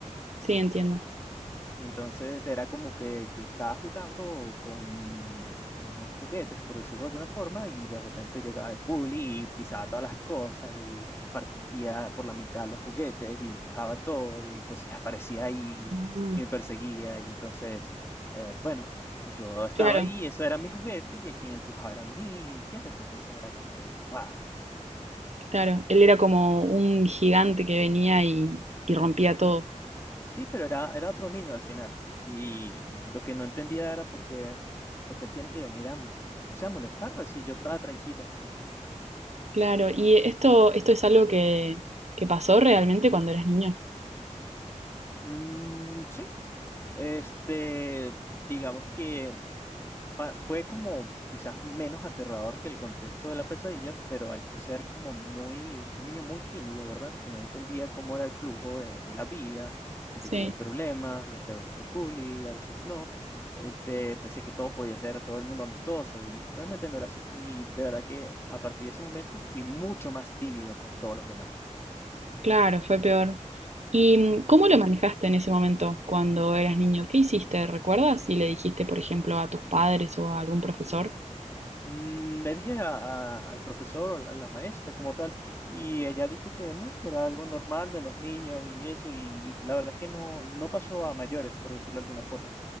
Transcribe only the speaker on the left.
Y entonces era como que yo estaba jugando con unos juguetes, por decirlo de alguna forma, y de repente llegaba el bully y pisaba todas las cosas y partía por la mitad los juguetes y empujaba todo y entonces aparecía ahí
y me perseguía y entonces, eh, bueno, yo estaba
ahí, eso era mi juguete y a quien empujara a mí, ¿entiendes? Entonces era como que, wow.
Sí, pero era, era otro niño al final. Y, y lo que no entendía era por qué, porque él tiene que venir a, no sé, a molestar, pues si yo estaba tranquilo.
Mm, sí, este, digamos que... pa- fue como quizás menos aterrador que el contexto de la pesadilla, pero al yo ser como muy, un niño muy tímido, ¿verdad? Que no entendía cómo era el flujo de, de la vida, de
que hay problemas, de que a veces hay bullying, a veces no. Este, pensé que todo podía ser todo el mundo amistoso y realmente no era así. Y de verdad que a partir de ese momento fui mucho más tímido con todos los demás.
Mm, Le dije a- a- al profesor o la- a la maestra como tal, y ella dijo que no, que era algo normal de los niños y eso, y la verdad es que no, no pasó a mayores, por decirlo de alguna forma,